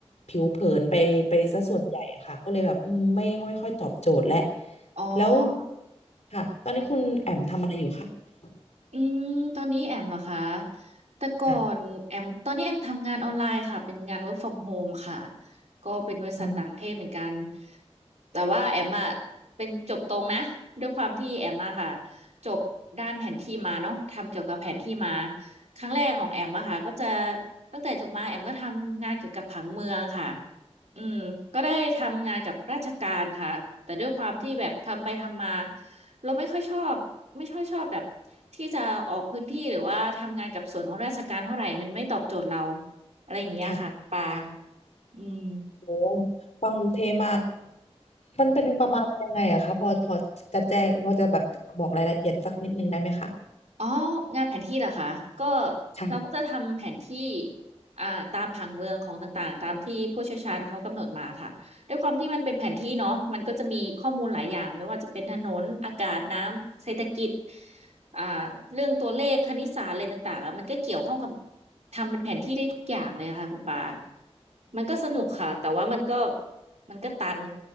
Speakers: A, on the left; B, on the right.
A: ผิวเผินไปไปซะส่วนใหญ่อะค่ะก็เลยแบบอืมไม่ไม่ค่อยตอบโจทย์และ
B: อ๋อ
A: แล้วค่ะตอนนี้คุณแอมทำอะไรอยู่คะ
B: อืมตอนนี้แอมเหรอคะแต่ก่อนแอมตอนนี้แอมทำงานออนไลน์ค่ะเป็นงาน
A: อ่ะ
B: work from home ค่ะก็เป็นบริษัทต่างประเทศเหมือนกัน
A: อืม
B: แต่ว่าแอมอะเป็นจบตรงนะด้วยความที่แอมอะค่ะจบด้านแผนที่มาเนาะทำเกี่ยวกับแผนที่มาครั้งแรกของแอมอะค่ะก็จะตั้งแต่จบมาแอมก็ทำงานเกี่ยวกับผังเมืองค่ะอืมก็ได้ทำงานกับราชการค่ะแต่ด้วยความที่แบบทำไปทำมา เราไม่ค่อยชอบไม่ค่อยชอบแบบที่จะออกพื้นที่หรือว่าทำงานกับส่วนของราชการเท่าไหร่มันไม่ตอบโจทย์เราอะไรอย่างเงี้ยค่ะปา
A: ค่ะ
B: อืม
A: โอ้ฟังดูเท่มากมันเป็นประมาณยังไงอะคะพอพอจะแจ้งพอจะแบบบอกรายละเอียดสักนิดนึงได้ไหมคะ
B: อ๋องานแผนที่เหรอคะก็
A: ค่ะ
B: เราก็จะทำแผนที่อ่าตามผังเมืองของต่างๆตามที่ผู้เชี่ยวชาญเขากำหนดมาค่ะด้วยความที่มันเป็นแผนที่เนาะมันก็จะมีข้อมูลหลายอย่างไม่ว่าจะเป็นถนนอากาศน้ำเศรษฐกิจอ่าเรื่องตัวเลขคณิตศาสตร์อะไรต่างๆอะมันก็เกี่ยวข้องกับทำเป็นแผนที่ได้ทุกอย่างเลยค่ะคุณปามันก็สนุกค่ะแต่ว่ามันก็มันก็ตัน